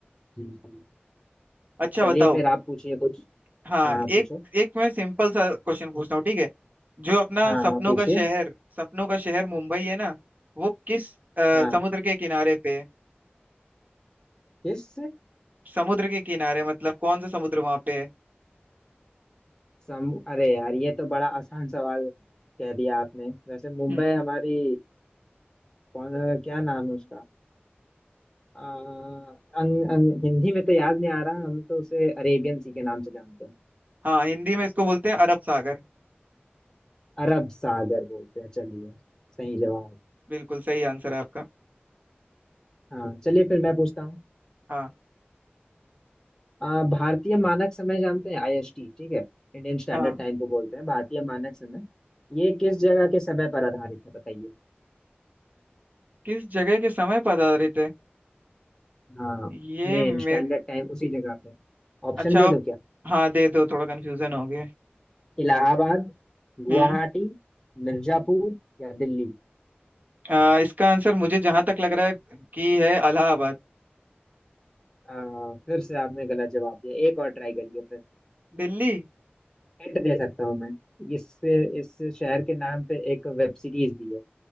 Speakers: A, on the left (about 15°); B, on the right (about 45°).
A: जी जी
B: अच्छा
A: चलिए
B: बताओ
A: फिर आप पूछिए कुछ
B: हाँ
A: हाँ हाँ, पूछो
B: एक एक मैं सिंपल सा क्वेश्चन पूछता हूँ ठीक है जो अपना
A: हाँ
B: सपनों
A: हाँ पूछिए
B: का शहर सपनों का शहर मुंबई है ना वो किस अ,
A: हाँ
B: समुद्र के किनारे पे है
A: किस
B: समुद्र के किनारे मतलब कौन सा समुद्र वहां पे है
A: सम अरे यार ये तो बड़ा आसान सवाल कह दिया आपने वैसे मुंबई
B: हम्म
A: हमारी कौन क्या नाम है उसका आ, अं, अं, हिंदी में तो याद नहीं आ रहा हम तो उसे अरेबियन सी के नाम से जानते हैं
B: हाँ हिंदी में इसको बोलते हैं अरब सागर
A: अरब सागर बोलते हैं चलिए सही जवाब
B: बिल्कुल सही आंसर है आपका
A: हाँ चलिए फिर मैं पूछता हूँ
B: हाँ
A: आ, भारतीय मानक समय जानते हैं आईएसटी ठीक है इंडियन स्टैंडर्ड
B: हाँ
A: टाइम को बोलते हैं भारतीय मानक समय ये किस जगह के समय पर आधारित है बताइए
B: किस जगह के समय पधारे थे
A: हाँ
B: ये
A: मेन
B: मेरे
A: स्टैंडर्ड टाइम उसी जगह पे ऑप्शन
B: अच्छा
A: दे
B: आप
A: दो क्या
B: हाँ दे दो थोड़ा कंफ्यूजन हो गया
A: इलाहाबाद गुवाहाटी
B: हम्म
A: मिर्जापुर या दिल्ली
B: आ, इसका आंसर मुझे जहां तक लग रहा है कि है इलाहाबाद
A: आ, फिर से आपने गलत जवाब दिया एक और ट्राई करिए फिर
B: दिल्ली
A: हिंट दे सकता हूँ मैं इससे इस शहर के नाम पे एक वेब सीरीज भी है